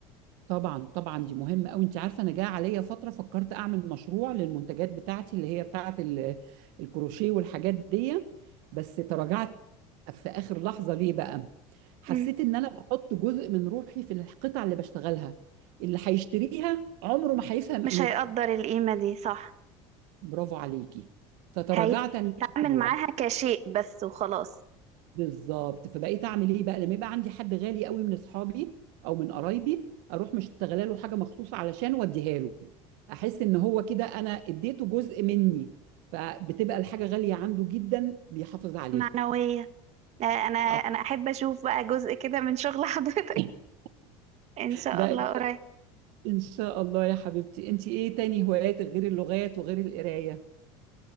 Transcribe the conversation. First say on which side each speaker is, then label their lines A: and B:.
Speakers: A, on the right (about 70°); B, on the right (about 50°).
A: طبعا طبعا دي مهمه قوي انت عارفه انا جه عليا فتره فكرت اعمل مشروع للمنتجات بتاعتي اللي هي بتاعه ال- الكروشيه والحاجات دي بس تراجعت في اخر لحظه ليه بقى حسيت
B: مم.
A: ان انا بحط جزء من روحي في القطع اللي بشتغلها اللي هيشتريها عمره ما هيفهم
B: مش
A: قيمتها
B: هيقدر القيمة دي صح
A: برافو عليكي فتراجعت
B: هيتعامل
A: عن الموضوع
B: معاها كشيء بس وخلاص
A: بالظبط فبقيت اعمل ايه بقى لما يبقى عندي حد غالي قوي من اصحابي او من قرايبي اروح مشتغله له حاجه مخصوصه علشان اوديها له احس ان هو كده انا اديته جزء مني فبتبقى الحاجه غاليه عنده جدا بيحافظ عليها
B: معنوية آه، أنا أنا
A: آه،
B: أحب أشوف بقى جزء كده من شغل حضرتك
A: <laughs>
B: <laughs> إن شاء
A: لا
B: الله
A: ان شاء
B: قريب
A: إن شاء الله يا حبيبتي انت ايه تاني هوايات غير اللغات وغير القرايه